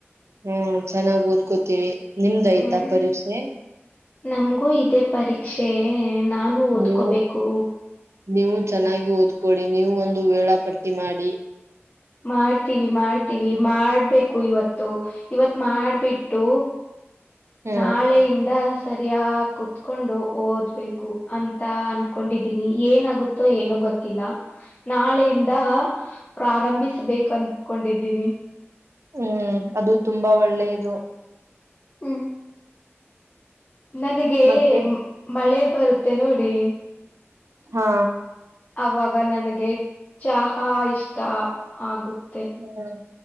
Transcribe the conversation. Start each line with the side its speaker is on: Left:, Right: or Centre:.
Right: ಹ್ಮ ಚೆನ್ನಾಗ್ ಓದ್ಕೋತೀವಿ ನಿಮ್ದಯ್ತಾ
Left: ಹ್ಮ್
Right: ಪರೀಕ್ಷೆ
Left: ನಮಗೂ ಇದೇ ಪರೀಕ್ಷೆ ನಾನು ಓದ್ಕೋಬೇಕು
Right: ನೀವು ನೀವು ಚೆನ್ನಾಗಿ ಓದ್ಕೊಿ ನೀವು ಒಂದು ವೇಳಾ ಪಟ್ಟಿ ಮಾಡಿ
Left: ಮಾಡ್ತೀವಿ ಮಾಡ್ತೀವಿ ಮಾಡ್ಬೇಕು ಇವತ್ತು ಇವತ್ ಮಾಡ್ಬಿಟ್ಟು
Right: ಹ್ಮ್
Left: ನಾಳೆಯಿಂದ ಸರಿಯ ಕುೂತ್ಕೊಂಡು ಓದ್ಬೇಕು ಅಂತ ಅನ್ಕೊಂಡಿದೀನಿ ಏನಾಗುತ್ತೆ ಏನು ಗೊತ್ತಿಲ್ಲ ನಾಳೆಯಿಂದ ಪ್ರಾರಂಭಿಸಿ ಬೇಕ ಅಂದಕೊಂಡಿದ್ದೀನಿ
Right: ಹ್ಮ್ ಅದು ತುಂಬಾ ಒಳ್ಳೇದು
Left: ಹ್ಮ್ ನನಗೆ
Right: ಮತ್ತೆ
Left: ಮಳೆ ಬರುತ್ತೆ ನೋಡಿ
Right: ಹಾ
Left: ಅವಾಗ ನನಗೆ ಚಹಾ ಇಷ್ಟ ಆಗುತ್ತೆ
Right: ಹ್ಮ್